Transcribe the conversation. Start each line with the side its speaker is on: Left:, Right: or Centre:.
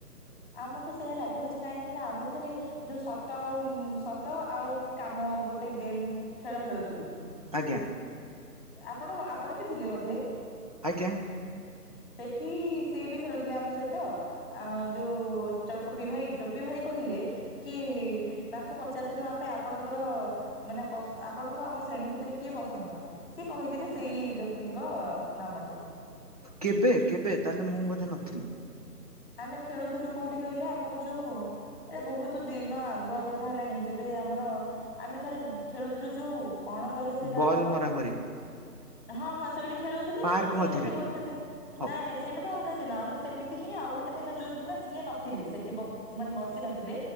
Left: ଆମକୁ ସେ ଲାଗିଛି କାହିଁକି ନା ଆମେ ଥରେ ଯୋଉ ସତ ଆଉ ସତ ଆଉ କାମ ଗୋଟେ ଗେମ୍ ଖେଳ ଖେଳୁଥିଲୁ।
Right: ଆଜ୍ଞା।
Left: ଆପଣ ଆପଣ ବି ଥିଲେ ବୋଧେ।
Right: ଆଜ୍ଞା।
Left: ସେଠି ସିଏବି ଖେଳୁଥିଲେ ଆମ ସହିତ। ଆ ଯୋଉ ଟୋପି ଭାଇ ଟୋପି ଭାଇ କହିଲେ କି ତାଙ୍କୁ ପଚାରିଥିଲାରୁ ଆମେ ଆପଣଙ୍କର ମାନେ ଆପଣଙ୍କୁ ଆମ ଶ୍ରେଣୀ ଭିତରେ କିଏ ପସନ୍ଦ ସି କହିଥିଲେ ସେଇ ଵ୍ୟ ତିଙ୍କ ନାମଟିି।
Right: କେବେ କେବେ ତାହେଲେ ମୁଁ ବୋଧେ ନଥିଲି
Left: ଆମେ ଖେଳୁଥିଲୁ କୋଉଠି କହିଲେ ଆମର ଯୋଉ ଏଇଟା ବହୁତ ଦିନ ଆଗୁଆ କଥା ହେଲାଣି ଯେବେ ଆମର ଆମେ ଥରେ ଖେଳୁଥିଲୁ ଯୋଉ କଣ କହିଲେ ସେଇଟା
Right: ବଲ୍
Left: ଆମର
Right: ମରାମରି
Left: ହଁ ହଁ ସେଇଠି ଖେଳୁଥିଲି
Right: ପାର୍କ
Left: ସେମିତି
Right: ମଝିରେ
Left: ଗୋଟେ ଦିନ
Right: ହଉ
Left: ନାଇଁ ନାଇଁ ସେଇଟା ତ ଅ ଦିନ ଆମେ ସେମିତି ହିଁ ଆଉ ଗୋଟେ ଦିନ ଯୋଉ ଦିନ ସିଏ ନଥିଲେ ସେଠି ବ ମାନେ ବସି ନଥିଲେ।